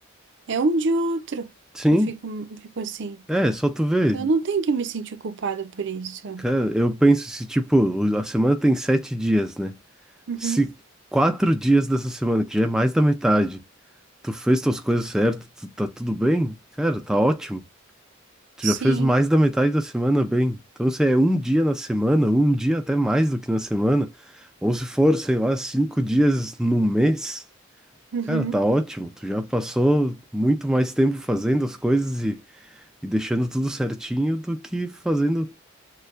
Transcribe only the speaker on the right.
É um de outro
que eu fico, fico assim.
Então eu não tenho que me sentir culpada por isso.
Uhum.
Sim.
Uhum.